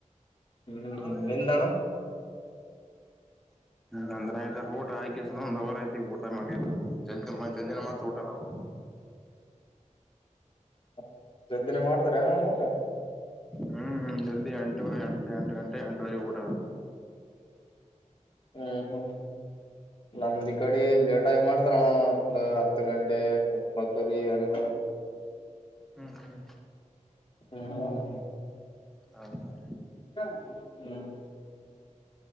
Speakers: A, on the left; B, in the centre.
A: ಹ್ಮ್
B: ಒಂದಾಗ
A: ನಿಂದಣ
B: ನಂದನಾಯದ ಊಟ ಆಯಕ ದ ಅವರ ಆಐ್ತ ಊಟ ಮನ ಜಲ್ದಿ ಜಲ್ದಿಯಿನ ಮಾಡ್ತ ಊಟ ನಾವು
A: ಹ ಸದ್ದಿನೇ ಮಾಡ್ತಾರೆ ನ ಊಟ
B: ಹ <inaudible> ಹ್ಮ್ ಜಲ್ದಿ ಎಂಟು ಎಂಟು ಗಂಟೆ ಎಂಟವರೆ ಕೂಡ
A: ಹ್ಮ್ ಹ್ಮ್ ನಂದ ಕಡೆ ಲೇಟಾಗಿ ಮಾಡ್ತಾರಣ ಒ ಹತ್ತು ಗಂಟೆ ಒಂಬತ್ತೂರಿ ಹಂಗ
B: ಹ್ಮ್ ಹ್ಮ್
A: ಹ್ಮ ಹ
B: ಹೌದಾ
A: ಹ್ಮ್